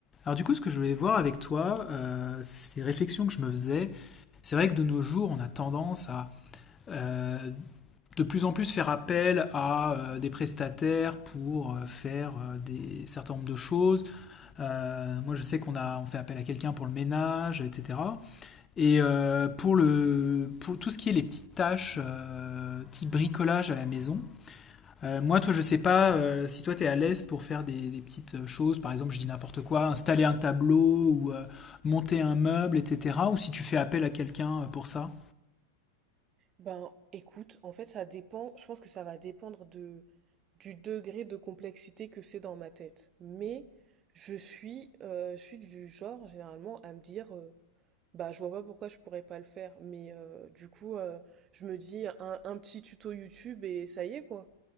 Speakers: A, on the left; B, on the right.
A: Alors du coup, ce que je voulais voir avec toi, euh, ces réflexions que je me faisais, c'est vrai que de nos jours, on a tendance à euh, de plus en plus faire appel à euh, des prestataires pour euh, faire euh, des certain nombre de choses. Euh, moi, je sais qu'on a on fait appel à quelqu'un pour le ménage, etc. Et euh, pour le pour tout ce qui est les petites tâches euh, type bricolage à la maison, euh, moi, toi, je sais pas euh, si toi, tu es à l'aise pour faire des, des petites euh, choses, par exemple, je dis n'importe quoi, installer un tableau ou euh, monter un meuble, etc. Ou si tu fais appel à quelqu'un euh, pour ça.
B: Ben, écoute, en fait, ça dépend. Je pense que ça va dépendre de, du degré de complexité que c'est dans ma tête. Mais je suis, euh, je suis du genre, généralement, à me dire, euh, bah, je vois pas pourquoi je pourrais pas le faire. Mais euh, du coup, euh, je me dis un, un petit tuto YouTube et ça y est, quoi.